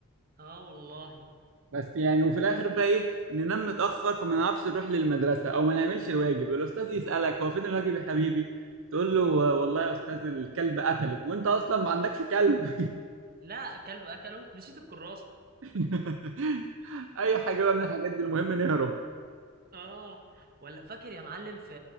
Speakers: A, on the right (about 45°); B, on the right (about 65°).
A: اه والله
B: بس يعني وفي الاخر بقى ايه ننام متاخر فما نعرفش نروح للمدرسه او ما نعملش الواجب الاستاذ يسالك هو فين الواجب يا حبيبي تقول له والله يا استاذ الكلب قتله وانت اصلا ما عندكش كلب
A: لا كلب اكله نسيت الكراسة
B: <laughs> اي حاجه بقى من الحاجات دي المهم نهرب
A: اه ولا فاكر يا معلم في